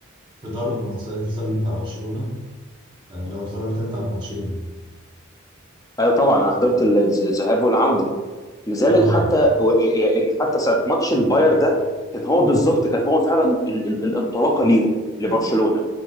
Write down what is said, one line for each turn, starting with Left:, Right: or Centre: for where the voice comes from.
Right: في ضرب مصيدة التسلل بتاع برشلونة آه، لو اتفرجت أنت على الماتشين
Left: ايوه طبعا انا حضرت ال- الذ- الذهاب والعوده لذلك
Right: اه
Left: حتى و- إيه- ان حتى ساعه ماتش الباير ده كان هو بالظبط كان هو فعلا ال- ال- الانطلاقه ليهم لبرشلونه